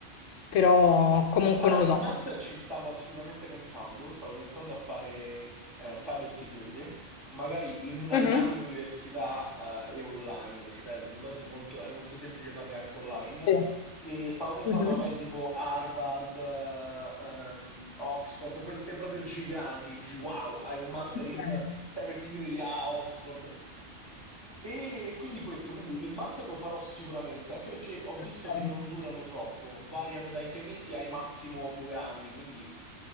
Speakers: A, on the left; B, on the left.
A: però comunque
B: Allora,
A: non
B: il
A: lo so.
B: master ci stavo assolutamente pensando, stavo pensando a fare eh, cyber security, magari in una
A: Mh-mh.
B: grande università eh, e online, perché sai, al giorno d'oggi molto- è molto semplice farli anche online.
A: Sì.
B: E stavo pensando
A: Mh-mh.
B: magari tipo Harvard, eh, ehm, Oxford, queste proprio giganti che dici wow, hai un master
A: Okay,
B: in cyber security a Oxford. E quindi questo, quindi il master lo farò sicuramente, anche perché ho visto
A: okay.
B: che non durano troppo, variano dai sei mesi ai massimo due anni, quindi